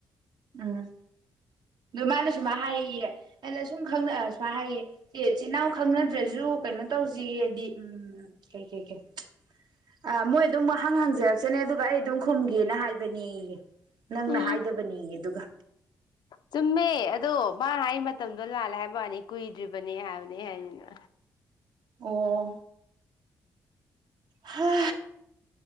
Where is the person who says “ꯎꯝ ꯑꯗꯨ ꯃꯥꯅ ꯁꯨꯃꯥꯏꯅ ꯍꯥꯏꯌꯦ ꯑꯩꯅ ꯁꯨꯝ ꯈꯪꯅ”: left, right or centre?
Right